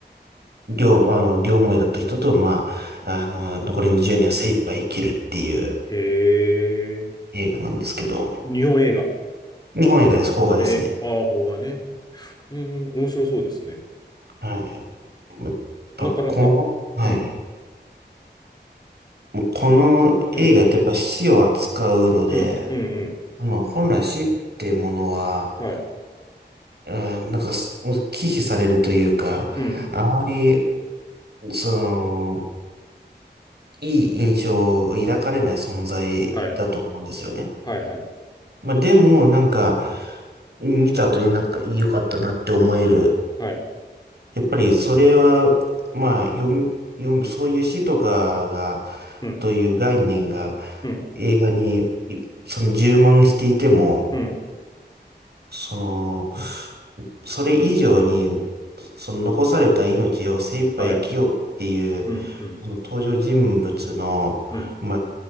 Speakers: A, on the right; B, on the left.
A: 両、あの、両思いだった人と、まあ、あの、残りの10年は精一杯生きるっていう
B: ええ
A: 映画なんですけど、
B: 日本映画。
A: 日本映画です、邦画ですね。
B: えー、ああ、邦画ね。うん。面白そうですね。
A: はい。やっぱ、
B: なかなか。
A: この、はい。
B: うん。
A: もうこの映画ってやっぱ死を扱うので、
B: すうん。うん、うん、
A: あの、本来死ってものは、
B: うん。はい。
A: うんなんかす、もう忌避されるというか、
B: うん。
A: あまり、その、いい印象を抱かれない存在だと思うんですよね。
B: はい。はい、はい。
A: まあでも、なんか、見た後になんか良かったなって思える。
B: はい。
A: やっぱりそれは、まあ、読み、読み、そういう詩とかが、
B: うん、
A: という概念が
B: うん、
A: 映画にいその充満していても、
B: うん。
A: その、それ以上に、その残された命を精一杯生きようっていう、
B: はい。うん、うん、
A: この登場人物の、
B: うん。
A: まあ、